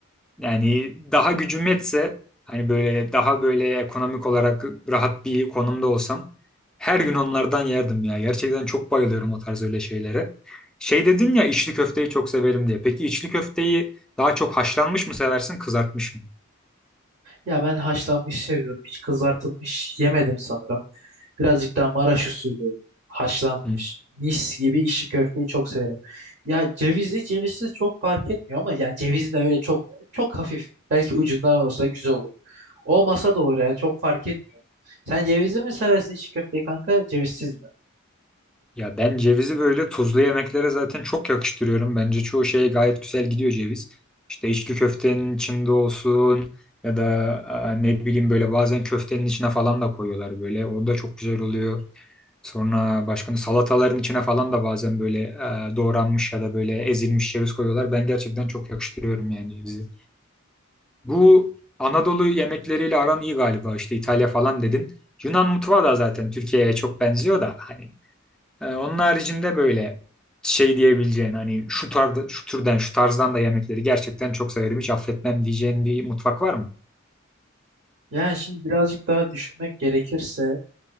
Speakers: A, in the centre; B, on the right.
A: Yani daha gücüm yetse hani böyle daha böyle ekonomik olarak rahat bir konumda olsam her gün onlardan yerdim ya. Gerçekten çok bayılıyorum o tarz öyle şeylere. Şey dedin ya içli köfteyi çok severim diye. Peki içli köfteyi daha çok haşlanmış mı seversin, kızartmış mı?
B: Ya ben haşlanmış seviyorum. Hiç kızartılmış yemedim sanırım. Birazcık daha Maraş usulü haşlanmış.
A: Hı.
B: Mis gibi işi köfteyi çok severim. Ya cevizli cevizsiz çok fark etmiyor ama yani cevizi de öyle çok çok hafif. Belki ucundan olsa güzel olur. Olmasa da olur yani çok fark etmiyor. Sen cevizli mi seversin içi köfteyi kanka cevizsiz mi?
A: Ya ben cevizi böyle tuzlu yemeklere zaten çok yakıştırıyorum. Bence çoğu şeye gayet güzel gidiyor ceviz. İşte içli köftenin içinde olsun ya da e, ne bileyim böyle bazen köftenin içine falan da koyuyorlar böyle. O da çok güzel oluyor. Sonra başka salataların içine falan da bazen böyle e, doğranmış ya da böyle ezilmiş ceviz koyuyorlar. Ben gerçekten çok yakıştırıyorum yani cevizi. Bu Anadolu yemekleriyle aran iyi galiba işte İtalya falan dedin. Yunan mutfağı da zaten Türkiye'ye çok benziyor da hani ee, onun haricinde böyle şey diyebileceğin hani şu tarz şu türden şu tarzdan da yemekleri gerçekten çok severim hiç affetmem diyeceğin bir mutfak var mı?
B: Yani şimdi birazcık daha düşünmek gerekirse